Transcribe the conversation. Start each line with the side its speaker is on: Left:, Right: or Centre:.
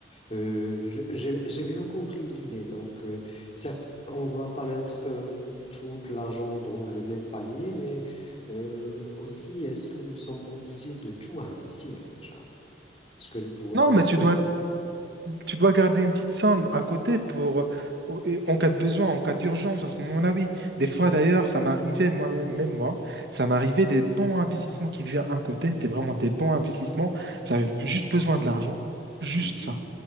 Left: euh, je- j'ai j'ai bien compris l'idée. Donc, euh, certes, on ne doit pas mettre euh, tout l'argent dans le même panier, mais euh, aussi, est-ce que nous sommes obligés de tout investir déjà? Est-ce que nous pouvons,
Right: Non,
Left: est-ce
Right: mais tu
Left: que,
Right: dois Tu dois garder une petite somme à côté pour, au- et en cas de besoin, en cas d'urgence, à ce moment-là, oui. Des fois, d'ailleurs, ça m'arrivait, moi-même, même moi, ça m'arrivait des bons investissements qui viennent à côté, des vraiment des bons investissements. J'avais juste besoin de l'argent, juste
Left: oui,
Right: ça.